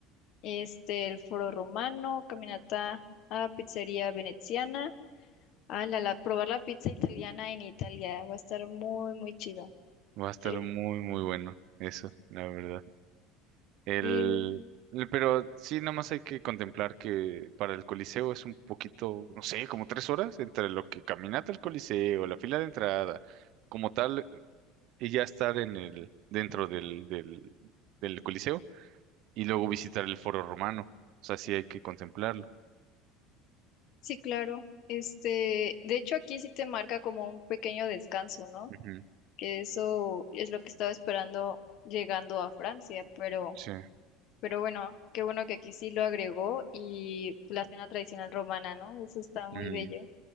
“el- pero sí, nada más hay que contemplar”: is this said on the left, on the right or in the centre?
Right